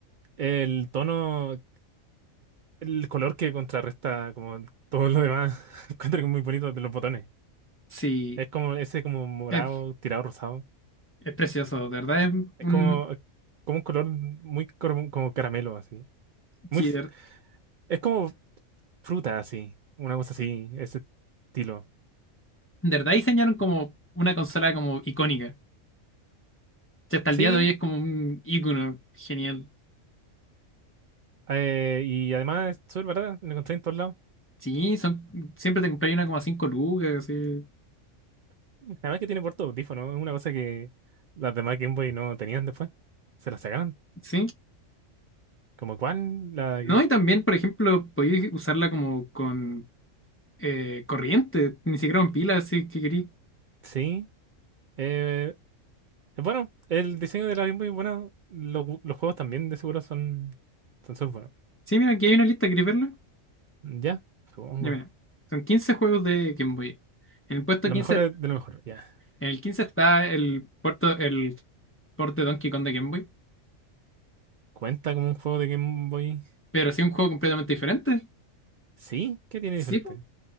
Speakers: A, on the right (about 75°); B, on the left (about 20°).
A: El tono, el color que contrarresta como todo lo demás. <laughs> Encuentro que es muy bonito de los botones.
B: Sí,
A: Es como ese como morado,
B: es,
A: tirado rosado.
B: es precioso. De verdad es
A: Es
B: un...
A: como, como un color muy como, como caramelo, así. Muy,
B: Sí,
A: f-
B: de, ver-
A: es como fruta así, una cosa así, ese estilo.
B: de verdad diseñaron como una consola como icónica. Si hasta el
A: Sí,
B: día de hoy es como un icono genial.
A: eh, y además es súper barata, la encontré en todos lados.
B: Sí, son, siempre te compráis una como a cinco lucas, sí.
A: Además que tiene puerto de audífono, es una cosa que las demás Game Boy no tenían después. Se la sacaron.
B: Sí.
A: Como cuál la...
B: No, y también, por ejemplo, podéis usarla como con eh, corriente, ni siquiera con pilas, si que queréis.
A: Sí. Eh, es bueno, el diseño de la Game Boy es bueno. Los, gu- los juegos también de seguro son son súper buenos.
B: Sí, mira, aquí hay una lista, ¿queréis verla?
A: Ya, supongo.
B: Ya mira, son 15 juegos de Game Boy. En el puesto
A: Lo
B: 15,
A: mejor es de lo mejor, ya.
B: en el 15 está el puerto, el porte Donkey Kong de Game Boy,
A: ¿Cuenta como un juego de Game Boy?
B: pero sí un juego completamente diferente.
A: Sí, ¿qué tiene
B: Sí,
A: diferente?
B: po.